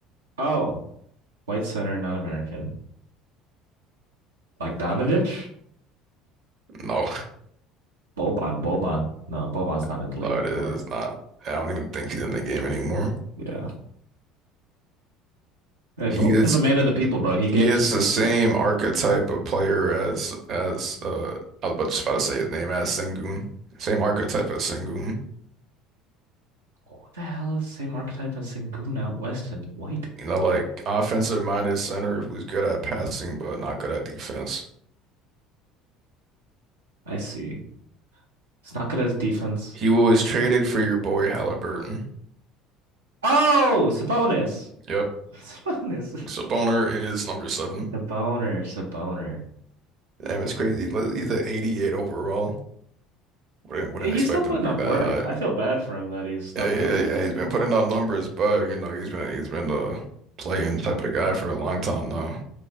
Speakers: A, on the right; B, on the right.
A: Oh, white center, not American. Like Bogdanovich?
B: No,
A: Boban, Boban. No, Boban's
B: <laughs>
A: not in the league
B: no, it
A: anymore.
B: is not. I don't even think he's in the game anymore.
A: Yeah. Hey, Boban's
B: He is
A: a man of the people, bro. He gave
B: he is
A: us
B: the same
A: freaking.
B: archetype of player as as uh I was about- just about to say his name as Sengun. Same archetype as Sengun.
A: What the hell is same archetype as Sengun out west and white?
B: You know, like offensive minded center who's good at passing but not good at defense.
A: I see. It's not good as defense.
B: He was traded for your boy Halliburton.
A: Oh, Sabonis.
B: Yep.
A: <laughs> Sabonis.
B: So Boner is number seven.
A: Saboner, Saboner.
B: Damn, it's crazy. He's at 88 overall. Wouldn't wouldn't
A: He's
B: expect
A: still putting
B: him to be
A: up
B: that
A: work.
B: high.
A: I feel bad for him that he's stuck
B: Yeah, yeah,
A: out.
B: yeah. He's been putting out numbers, but you know, he's been he's been the playing type of guy for a long time now.